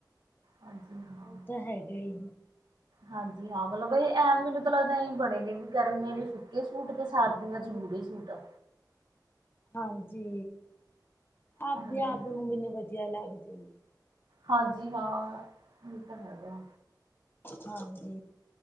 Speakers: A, on the right; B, on the left.
A: ਹਾਂਜੀ ਹਾਂ
B: ਇਹ ਤਾਂ ਹੈਗਾ ਈ
A: ਹਾਂਜੀ ਹਾਂ ਮਤਲਬ ਇਹ ਐਮ ਮੈਨੂੰ ਤਾਂ ਲੱਗਦਾ ਐਂ ਬਣੇ ਨੇ ਵੀ ਗਰਮੀਆਂ ਫੀ ਫੀਕੇ ਸੂਟ ਤੇ ਸਰਦੀਆਂ ' ਚ ਗੁੜ੍ਹੇ <unintelligible> ਸੂਟ।
B: ਹਾਂਜੀ ਆਪਦੇ
A: ਹਾਂਜੀ
B: ਆਪ ਨੂੰ ਵੀ ਨੀ ਵਧੀਆ ਲੱਗਦੇ
A: ਹਾਂਜੀ ਹਾਂ ਇਹ ਤਾਂ ਹੈਗਾ
B: ਹਾਂਜੀ।